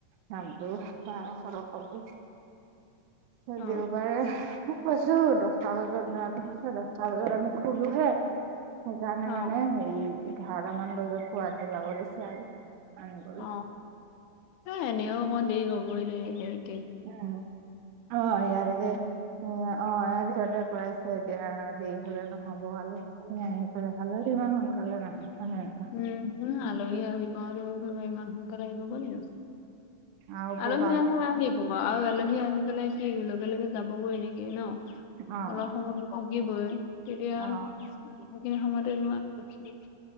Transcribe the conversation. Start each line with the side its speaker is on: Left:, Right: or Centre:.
Right: নামটো বাৰশ টকা কৈ
Left: অ',
Right: দেওবাৰে। কৈছো দচটা বজাত য হৈছে দচটা বজাত আমি খোলোহে। সেইকাৰণে
Left: অ',
Right: মানে হে এঘাৰটা মান বজাত পুৱতে যাব দিছে আৰু। আনিবলৈ।
Left: অ অ এ এনেও অকণ দেৰি হবইটো হেৰি।
Right: উম অ এইৰা যে। এ অ এ সিহঁতে পইছে এতিয়া দেৰি হলে নহ'ব আলহি আহি পাই আলহী। ন সোনকালে নাহে। হয় নে নহয়
Left: উম আলহী আহিব আৰু ঘ ইমান সোনকালে আহিব প প নিস্ত।
Right: আৰু উপবাস
Left: আলহী আহ আহিব আৰু আলহী আহি পেলাই। লগে লগে যাবগৈ নেকি ন
Right: অ
Left: অলপ সময় থাকিবই। তেতিয়া
Right: অ
Left: বুখিনি সময়তে নোৱাৰ।